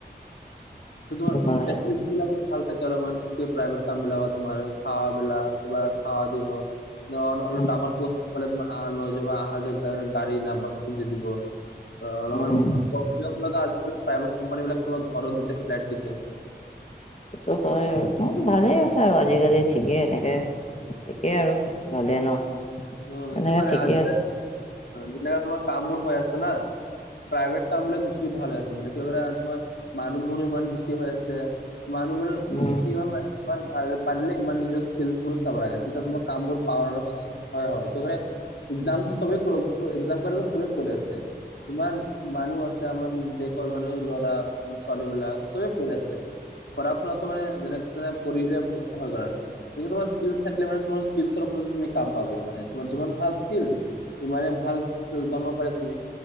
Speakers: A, on the left; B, on the left.
A: আ তোমাৰ
B: সেইটো হয়,
A: এছপিফিক ভাল থাকে অলপমান প্ৰাইভেট কাম বিলাক তোমাৰ খাৱাবিলাক কিবা খাৱা দিব অলপ
B: উম,
A: ডাঙৰ পস্তু পালে তোমাৰ আহ লৈ যাবা আহা যোৱা গাডী না বাছ খোন দি দিব অলপমান
B: উম।
A: আজিকালি প্ৰাইভেট কোম্পানী বিলাক কামক ঘৰো দিছে ফ্লট দিছে।
B: সেইটো হয় আৰু ভালে আছে আৰু আজিকালি ঠিকেই এনেকে তাকেই আৰু ভালে ন
A: উম
B: এনেকে
A: তটো মানে
B: ঠিকে
A: আজি
B: আছে
A: যেনেকা তোমাৰ কামবোৰ হৈ আছে না প্ৰাইভেট কাম বিলাক বেছি ভাল হৈ আছে মানে ক ক তোমাৰ মানুহবোৰো ইমান বেছি হৈ আছে মানুহবোৰ
B: উম,
A: কি হয় মাৰি ইমান ভাল পাৰিলে ইমান নিজৰ স্কিলছ বোৰ চাব লাগে তেতিয়া তোমাৰ কাম বোৰ পাৱাৰ অলপ হয় হয় এক্সাম চবেই এক্সাম কৰে চবেই পঢ়ি আছে ইমান মানুহ আছে আমাৰ দেশৰ মানুহ ল'ৰা ছোৱালী বিলাক চবেই পঢ়ি আছে পঢ়া শুনাতো মানে যেনে কৰিলে হৈ গল আৰু কি তোমাৰ স্কিল থাকে মানে তোমাৰ স্কিল ওপৰত তুমি কাম পাব মানে তোমাৰ যিমান ভাল স্কিল সিমানে ভাল দৰমহা পাৰে তুমি